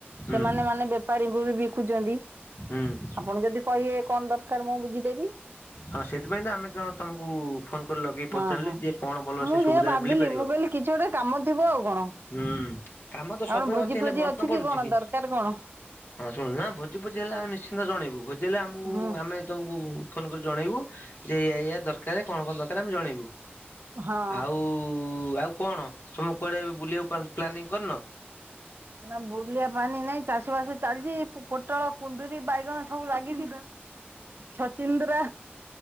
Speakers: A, on the left (about 65°); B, on the right (about 60°).
A: ହୁଁ
B: ସେମାନେ ମାନେ ବେପାରୀଙ୍କୁ ବି ବିକୁଛନ୍ତି
A: ହୁଁ
B: ଆପଣ ଯଦି କହିବେ କଣ ଦରକାର ମୁଁ ବୁଝିଦେବି।
A: ହଁ ସେଥିପାଇଁ ତ ଆମେ ତ ତମକୁ ଫୋନ କରି ଲଗେଇକି
B: ହଁ
A: ପଚାରିଲେ
B: ହଁ
A: ଯେ କଣ ଭଲ
B: ମୁଁ
A: ସେ
B: ସେଆ
A: ସୁବିଧାାରେ
B: ଭାବିଲି
A: ମିଳି ପା
B: ମୁଁ କହିଲି କିଛି ଗୋଟେ କାମ ଥିବ ଆଉ କଣ।
A: ହୁଁ କାମ ତ ସବୁବେଳେ
B: କଣ ଭୋଜି
A: ଅଛି ହେଲେ
B: ଫୋଜି
A: ମନ ପଡୁଛି
B: କଣ
A: କି।
B: ଦରକାର କଣ
A: ହଁ ଶୁଣିଲୁ ନା ଭୋଜି ଭୋଜି ହେଲେ ଆମେ ନିଶ୍ଚିନ୍ତ ଜଣେଇବୁ ଭୋଜି ହେଲେ ଆମକୁ
B: ହୁଁ
A: ଆମେ ତମକୁ ଫୋନ କରୁ ଜଣେଇବୁ ଯେ ୟ ୟା ଦରକାର କଣ କଣ ଦରକାର ଆମେ ଜଣେଇବୁ।
B: ହଁ
A: ଆଉ ଆଉ କଣ ତମ କୁଆଡେ ବୁଲିବାକୁ ପ୍ଲାନିଂ କରନ?
B: ନା ବୁଲିବା ପାାନଣି ନାାଇଁ ଚାଷ ବାସ ଚାଲିଛି ପୋଟଳ କୁନ୍ଦୁୁରୀ ବାଇଗଣ ସବୁ ଲାଗିଚି। ଛଚିନ୍ଦ୍ରା